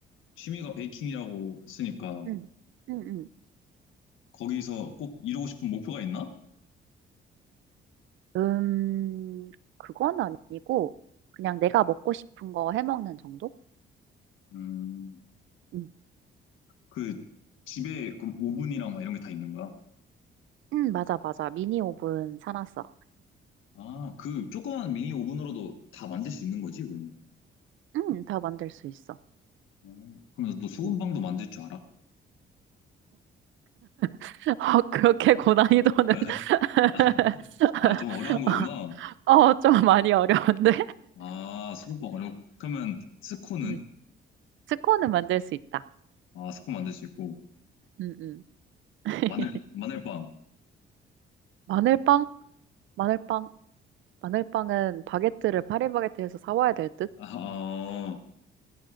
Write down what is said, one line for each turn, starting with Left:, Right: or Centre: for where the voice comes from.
Left: 취미가 베이킹이라고 했으니까,
Right: 응, 응,
Left: 거기서 꼭 이루고 싶은 목표가 있나?
Right: 응. 음, 그건 아니고, 그냥 내가 먹고 싶은 거 해 먹는 정도?
Left: 음,
Right: 응,
Left: 그 집에 그 오븐이랑 막 이런 게 다 있는 거야.
Right: 응, 맞아, 맞아. 미니 오븐 사놨어.
Left: 아, 그 조그만 미니 오븐으로도 다 만들 수 있는 거지, 그러면.
Right: 응, 다 만들 수 있어.
Left: 음. 그럼 너 소금빵도
Right: 응.
Left: 만들 줄 알아?
Right: 헉, <laughs> 그렇게 고난이도는,
Left: <laughs> 아,
Right: <laughs>
Left: 아, 좀 어려운 거구나.
Right: 어, 좀 많이 어려운데?
Left: 아, 소금빵 어려워. 그러면 스콘은?
Right: <laughs> 스콘은 만들 수 있다.
Left: 아, 스콘 만들 수 있고.
Right: 음, 음. <laughs>
Left: 마늘, 마늘빵.
Right: 마늘빵? 마늘빵? 마늘빵은 바게트를 파리바게트에서 사와야 될 듯?
Left: 아, 어,